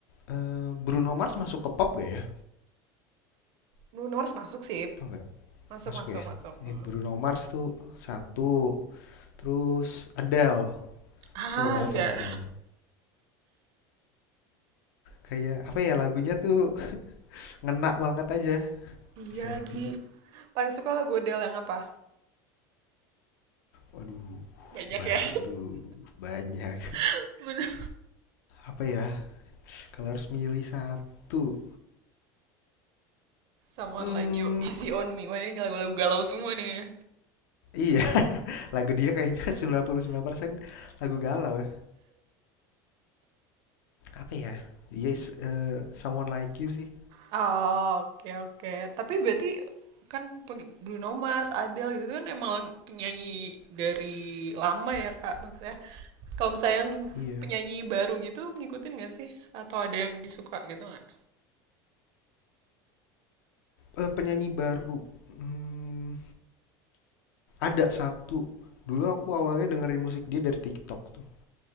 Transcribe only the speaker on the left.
eh, Bruno Mars masuk ke pop gak ya?
Tau nggak?
Masuk
ya?
Eh, Bruno Mars tuh satu. Terus Adele,
suka banget
sama Adele. Kayak apa ya lagunya tuh ngena banget aja
di hati.
Waduh,
bah,
aduh, banyak.
Apa ya? Kalau harus milih satu,
hmm
iya, <laughs> lagu dia kayaknya sembilan sembilan puluh sembilan persen lagu galau ya. Apa ya? Yes, eee, Someone Like You sih,
iya.
Eee, penyanyi baru, mmm, ada satu, dulu aku awalnya dengerin musik dia dari TikTok tuh.